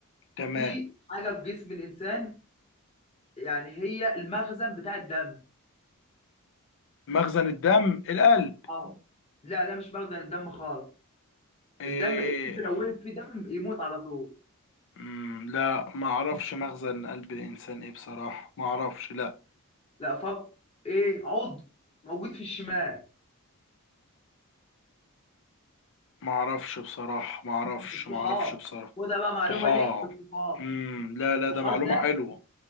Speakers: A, on the left; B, on the left.
A: تمام
B: في حاجه في جسم الانسان يعني هي المخزن بتاع الدم
A: مخزن الدم القلب
B: اه لا ده مش مخزن الدم خالص
A: إيه
B: الدم القلب لو وقف فيه دم يموت على طول
A: مم، لا ما اعرفش مخزن قلب الانسان ايه بصراحة ما اعرفش لا
B: لا فك ايه عضو موجود في الشمال
A: ما اعرفش بصراحة ما اعرفش
B: الطحال
A: ما اعرفش بصراحة
B: وده بقى معلومه
A: طحال
B: ليك الطحال
A: امم لا
B: الطحال
A: لا ده معلومة
B: ده
A: حلوة